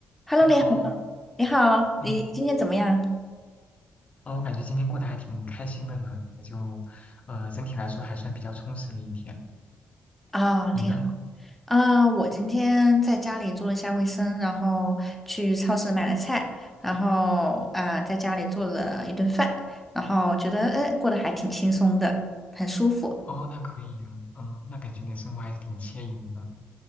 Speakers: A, in the centre; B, on the left.
A: Hello，
B: 你好，
A: 你好，你好，
B: 嗯，
A: 你今天怎么样？
B: 哦，我感觉今天过得还挺开心的呢，就，呃，整体来说还算比较充实的一天。
A: 啊、
B: 你呢？
A: 挺好。啊、我今天在家里做了一下卫生，然后去超市买了菜，然后啊、在家里做了一顿饭，然后觉得哎，过得还挺轻松的，很舒服。
B: 哦，那可以呀，嗯，那感觉你的生活还是挺惬意的。